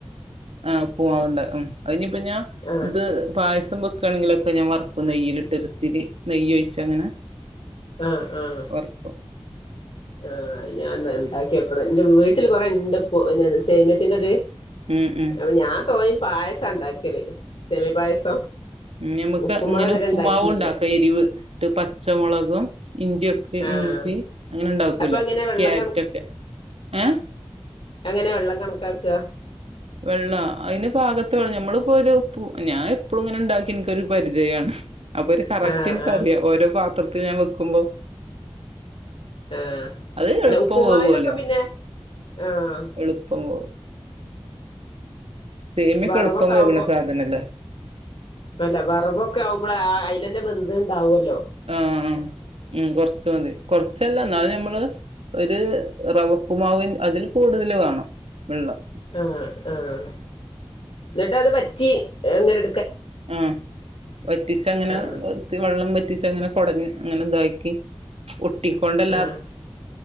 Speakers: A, on the right; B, on the left.
A: ആഹ് ഉപ്പുമാവ്ണ്ടാ ഉം അയിഞ്ഞിപ്പ ഞാൻ
B: ആ
A: ഇത് പായസ വെക്കാണെങ്കിലൊക്കെ ഞാൻ വറക്കും നെയ്യില്ട്ട് ഒരിത്തിരി നെയ്യ് ഒഴിച്ച് അങ്ങനെ
B: ആഹ് ആഹ്
A: വറക്കും
B: ആഹ് ഞാൻന്ന ഇണ്ടാക്കിയോക്കണം. ഇന്റെ വീട്ടില് കൊറേ ഇണ്ട്പ്പൊ പിന്നെ സേമിയത്തിന്റെത്
A: ഉം ഉം
B: അപ്പൊ ഞാൻ തോന്നി പായസണ്ടാ സേമിയ പായസം
A: ഞമുക്ക്
B: ഉപ്പുമാവ്
A: ഇങ്ങനെ
B: ഇതുവരെ
A: ഉപ്പുമാവൂണ്ടാക്ക
B: ഉണ്ടാക്കിയില്ല
A: എരിവ്ട്ട് പച്ചമുളകും ഇഞ്ചിയൊക്കെ
B: ആഹ്
A: ഇഞ്ചി അങ്ങനെ ഇണ്ടാക്കൂല്ലേ
B: അപ്പൊ എങ്ങനെ വെള്ളം
A: ക്യാരറ്റ് ഒക്കെ ഏഹ്
B: അഎങ്ങനെ വെള്ളം കണക്കാക്ക
A: വെള്ളോ അതിന് പാകത്ത വെള്ളം ഞമ്മളിപ്പൊ ഒരു ഉപ്പു ഞാൻ എപ്പളും ഇങ്ങനെ ഇണ്ടാക്കി ഇൻക്കൊരു പരിചയാണ് അപ്പൊ ഒരു കറക്റ്റിൻക്കറിയാ.
B: ആഹ് ആഹ്
A: ഓരോ പാത്രത്തിൽ ഞാൻ വെക്കുമ്പോ
B: ആഹ്
A: അത്
B: അല്ല
A: എളുപ്പം
B: ഉപ്പുമാവിനൊക്കെ
A: വേവോല്ലോ
B: പിന്നെ ആഹ്
A: എളുപ്പം വേവും സേമിയൊക്കെ
B: വറവൊക്കെ
A: എളുപ്പം വേവ്ണ
B: ആകുമ്പോ
A: സാധനല്ലേ
B: അല്ല വറവൊക്കെ ആവുമ്പളെ ആ അയ് അയിലന്നെ വെന്ത്ണ്ടാവോ
A: ആഹ് ഉം കൊറച്ച് മതി കൊറച്ചല്ലാ ഇന്നാലും ഞമ്മള് ഒര് റവ ഉപ്പുമാവി അതിൽ കൂടുതല് വേണം വെള്ളം
B: ആഹ് ആഹ് ഇന്നിട്ട് അത് പറ്റി ഇ ങ്ങനെ
A: ആഹ് വറ്റിച്ചങ്ങനെ
B: ആഹ്
A: വെള്ളംവ വറ്റിച്ചങ്ങനെ കൊടഞ്ഞ് അങ്ങനെ ഇതാക്കി ഒട്ടിക്കൊണ്ടല്ലാത്ത
B: ആഹ്